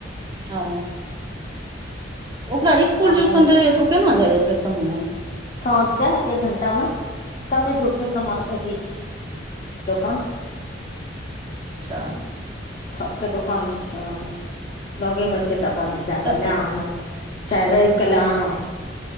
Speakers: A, on the right (about 20°); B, on the left (about 40°).
A: ओ ओकरा इसकुल
B: आब
A: ट्यूशन
B: हम
A: रहै या तऽ ओ केना जाइया फेर समान आनअ
B: साँझ के एक घंटा मे कमे दूर छै समान अथी दोकान
A: अच्छा
B: थौके दोकान में सब लगे में छै तऽ अपन जाकऽ
A: तऽ
B: लए आनल चाहे रविके लए आनल